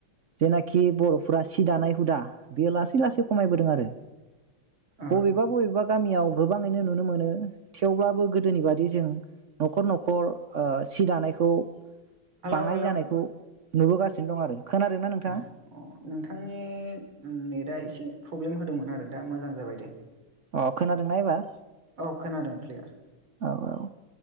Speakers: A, on the right (about 55°); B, on the right (about 80°).
A: जेनाखि बर'फोरा सि दानाय हुदा बेयो लासै लासै खमायबोदों आरो।
B: औ
A: बबेबा बबेबा गामियाव गोबाङैनो नुनो मोनो थेवब्लाबो गोदोनि बादि जों न'खर न'खर ओ सि दानायखौ
B: हेलौ
A: बाङाय
B: हेलौ
A: जानायखौ नुबोगासिनो दं आरो। खोनादोंना नोंथाङा
B: अ' अ' नोंथांनि नेटआ एसे प्रब्लेम हो दोंमोन आरो दा मोजां जाबाय दे।
A: अ' खोनादोंना एबार।
B: औ खोनादों क्लियार।
A: औ औ